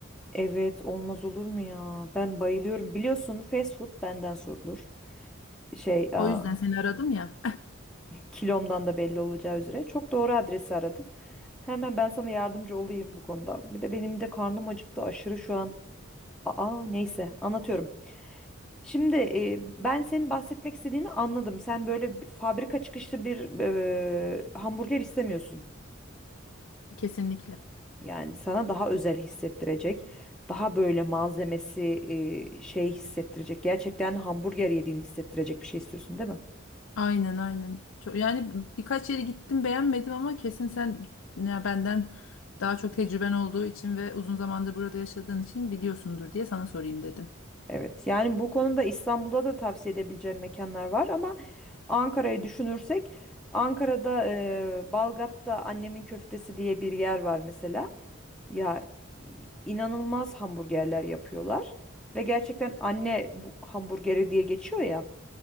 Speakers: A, in the centre; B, on the left.
A: evet olmaz olur mu ya? Ben bayılıyorum. Biliyorsun fast food benden sorulur. Şey aa,
B: O yüzden seni aradım ya.
A: kilomdan da belli olacağı üzere. Çok doğru adresi aradın. Hemen ben sana yardımcı olayım bu konuda. Bir de benim de karnım acıktı aşırı şu an. Aa neyse anlatıyorum. Şimdi e, ben senin bahsetmek istediğini anladım. Sen böyle bir fabrika çıkışlı bir e, hamburger istemiyorsun.
B: <laughs> Kesinlikle.
A: Yani sana daha özel hissettirecek, daha böyle malzemesi e, şey hissettirecek. Gerçekten hamburger yediğini hissettirecek bir şey istiyorsun, değil mi?
B: Aynen aynen. Ço- Yani birkaç yere gittim beğenmedim ama kesin sen ya benden daha çok tecrüben olduğu için ve uzun zamandır burada yaşadığın için biliyorsundur diye sana sorayım dedim.
A: Evet. Yani bu konuda İstanbul'da da tavsiye edebileceğim mekanlar var ama Ankara'yı düşünürsek Ankara'da e, Balgat'ta annemin köftesi diye bir yer var mesela. Ya i- inanılmaz hamburgerler yapıyorlar ve gerçekten anne bu hamburgeri diye geçiyor ya.